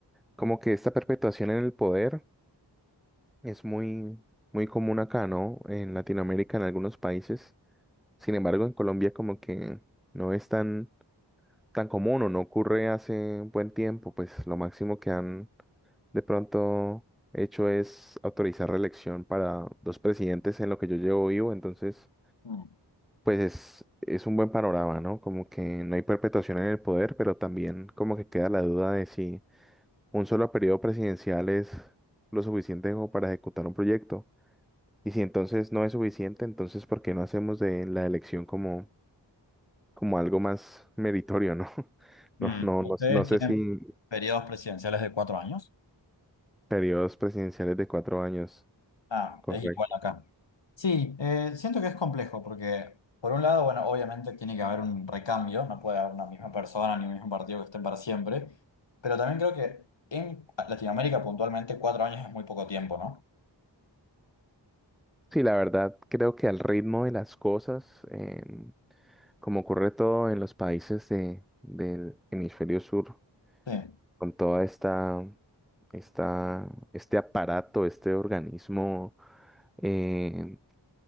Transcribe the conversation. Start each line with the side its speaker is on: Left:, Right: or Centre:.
Centre: como que esta perpetuación en el poder es muy, muy común acá, ¿no? En Latinoamérica, en algunos países. Sin embargo, en Colombia como que no es tan, tan común o no ocurre hace un buen tiempo. Pues lo máximo que han de pronto hecho es autorizar reelección para dos presidentes en lo que yo llevo vivo. Entonces...
Left: Mm.
Centre: pues es, es un buen panorama, ¿no? Como que no hay perpetuación en el poder, pero también como que queda la duda de si un solo periodo presidencial es lo suficiente como para ejecutar un proyecto. Y si entonces no es suficiente, entonces ¿por qué no hacemos de la elección como, como algo más meritorio, ¿no? <laughs>
Left: Mm.
Centre: No, no,
Left: ¿Ustedes
Centre: no, no sé
Left: tienen
Centre: si
Left: periodos presidenciales de cuatro años?
Centre: periodos presidenciales de cuatro años,
Left: Ah,
Centre: correcto.
Left: es igual acá. Sí, eh, siento que es complejo porque, por un lado, bueno, obviamente tiene que haber un recambio, no puede haber una misma persona ni un mismo partido que estén para siempre, pero también creo que en Latinoamérica puntualmente cuatro años es muy poco tiempo, ¿no?
Centre: Sí, la verdad, creo que al ritmo de las cosas, em, como ocurre todo en los países de- del hemisferio sur,
Left: Sí.
Centre: con toda esta, esta, este aparato, este organismo, eh,